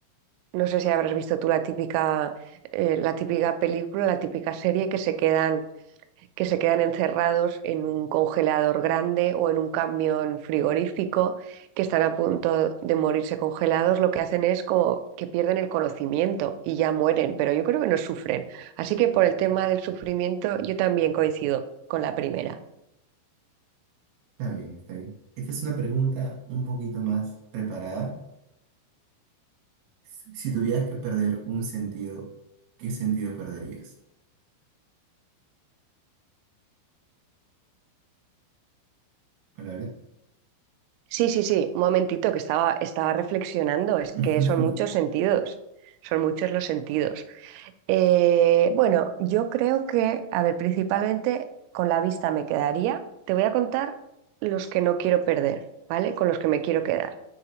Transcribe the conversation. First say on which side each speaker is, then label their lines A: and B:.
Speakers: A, on the right; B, on the right.
A: No sé si habrás visto tú la típica, eh, la típica película, la típica serie que se quedan, que se quedan encerrados en un congelador grande o en un camión frigorífico, que están a punto de morirse congelados. Lo que hacen es como que pierden el conocimiento y ya mueren, pero yo creo que no sufren. Así que por el tema del sufrimiento, yo también coincido con la primera.
B: Está bien, está bien. Esta es una pregunta un poquito más preparada. S- Si tuvieras que perder un sentido, ¿qué sentido perderías? ¿Palabra?
A: Sí, sí, sí, un momentito que estaba, estaba reflexionando, es
B: <laughs>
A: que son muchos sentidos, son muchos los sentidos. Eh, bueno, yo creo que, a ver, principalmente con la vista me quedaría. Te voy a contar los que no quiero perder, ¿vale? Con los que me quiero quedar.